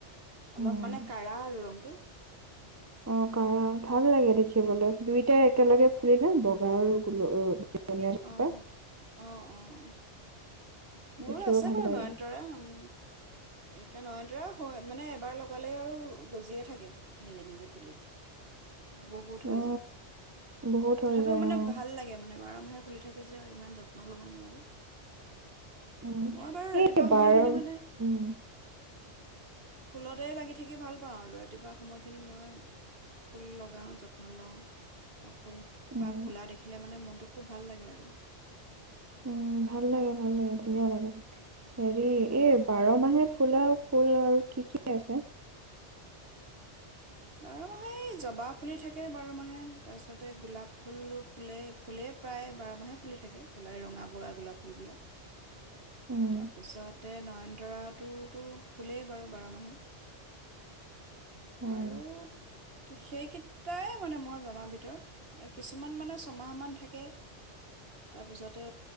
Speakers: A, on the right (about 55°); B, on the right (about 15°).
A: অলপ
B: উম
A: মানে কঢ়া আৰু ৰংটো।
B: অ কাৰা,
A: তাৰপ
B: ভাল লাগে
A: অ
B: দেখিবলৈ।
A: কি
B: দুইটাই একেলগে ফুৰি গান বগাই আৰু গোল বেঙুনীয়া জোপা
A: অহ', অহ', অহ' মোৰো
B: দেখিব
A: আছে
B: ভাল
A: বাৰু
B: লাগে
A: নয়নতৰে উম এইে নহয়তৰা হৈ মানে এবাৰ লগালে আৰু গজিয়ে থাকে, নিজে নিজে পুলি। বহুত হৈ
B: অ
A: যায়,
B: বহুত
A: তথাপিও
B: হৈ যায়
A: মানে
B: অ
A: ভাল লাগে মানে বাৰ মাহে ফুলি থাকে যে আৰু ইমান যত্ন ল'ব নালাগে।
B: উম,
A: মই বাৰু ৰাতিপুৱা
B: এই
A: সময়খিনি
B: বাৰ,
A: মানে
B: উম।
A: ফুলতে লাগি থাকি ভাল পাওঁ আৰু ৰাতিপুৱা সময়খিনি মই ফুল লগাওঁ, যত্ন লওঁ। ফুল
B: উম,
A: বা ফুলা দেখিলে মানে মনতটো ভাল লাগে আৰু।
B: উম ভাল লাগে-ভাল লাগে, ধুনীয়া লাগে। হেৰি
A: উম
B: এই বাৰ মাহে ফুলা ফুল আৰু কি-কি আছে?
A: বাৰ মাহে জবা ফুলি থাকে বাৰ মাহে তাৰপিছতে গোলাপ ফুল ফুলেই-ফুলেই প্ৰায় বাৰ মাহে ফুলি থাকে গোলাই ৰঙা বগা গোলাপ ফুলবিলাক।
B: উম,
A: তাৰপিছতে নয়নতৰাটোতো ফুলেই বাৰু বাৰ মাহে।
B: উম,
A: আৰু সেইকেইটাই মানে মই জনাৰ ভিতৰত। কিছুমান মানে ছমাহমান থাকে, তাৰপিছতে